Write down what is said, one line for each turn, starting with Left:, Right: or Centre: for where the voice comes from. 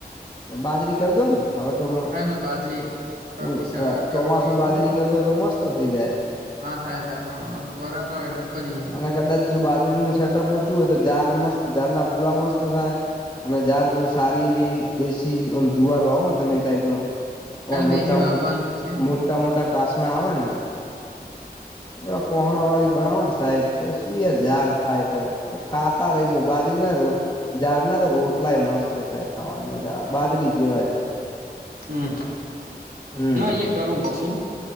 Left: બાજરી કરી દો ને, હવે તો.. મ
Right: હા એટલે બાજરી કરવી
Left: હ..
Right: છે હવે, બરફ
Left: ચોમાસું
Right: આવતો
Left: બાજરી
Right: ને
Left: કર દો તો મસ્ત થઇ જાય.
Right: હા, થાય-થાય પણ બરાપ આવેે એટલે કરીએ એમ.
Left: અને કદાચ જો બાજરીનું સેટઅપ ઓછું હોય તોજાર મસ્ત, જાર ના પૂળા મસ્ત થાય. અને જાર જો સારી એવી, દેશી ઓમ જુવાર વાવો ને તમે એ ટાઈપનો
Right: એટલે
Left: એ મોટા..
Right: દેશી વાવવાનું જ છે
Left: મોટા-મોટા કાસણા આવે ને?
Right: હમ
Left: એવા કોહણા વાળી બનાવો ને સાહેબ, તો શું એ જાર થાય કોઈ. ખાતા રહી જાવ બાજરી ના રોટલા. જારના તો રોટલા ય મસ્ત થાય ખાવાની મજા આવે, બાજરી જેવા જ.
Right: હમ..
Left: હમ
Right: ના એ કરવું જ છે.